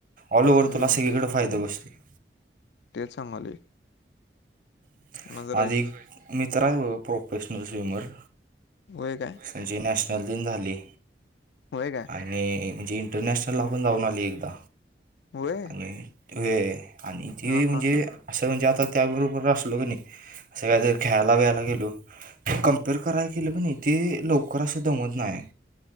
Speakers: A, on the right; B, on the left.
A: ऑल ओव्हर
B: हम्म,
A: तुला सगळीकडं फायदा बसते.
B: तेच सांगालोय.
A: <unintelligible>
B: मग जरा
A: मित्र आहे हो प्रोफेशनल स्विमर.
B: होय काय?
A: त्याची नॅशनल दिन झाली.
B: होय काय?
A: आणि म्हणजे इंटरनॅशनलला पण जाऊन आली एकदा
B: व्हय
A: आणि <unintelligible> आणि ते
B: हा
A: म्हणजे
B: हा
A: असं म्हणजे आता त्याबरोबर अस लो क नाही, असं काहीतर खेळायला वेयला गेलो कम्पेअर करायला गेल की नाही, ते लवकर असं दमत नाही.